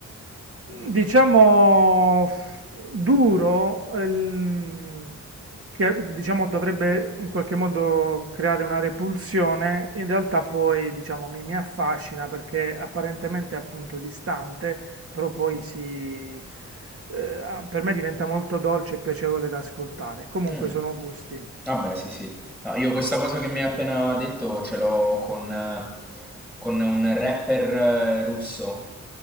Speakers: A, on the right; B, in the centre.
A: diciamo duro, ehm, che diciamo dovrebbe in qualche modo creare una repulsione, in realtà poi diciamo mi, mi affascina perché apparentemente appunto distante, però poi si, eh, per me diventa molto dolce e piacevole da ascoltare. Comunque
B: Mm,
A: sono gusti.
B: Vabbè, sì, sì. No, io questa cosa che mi hai appena detto ce l'ho con, eh, con un rapper eh, russo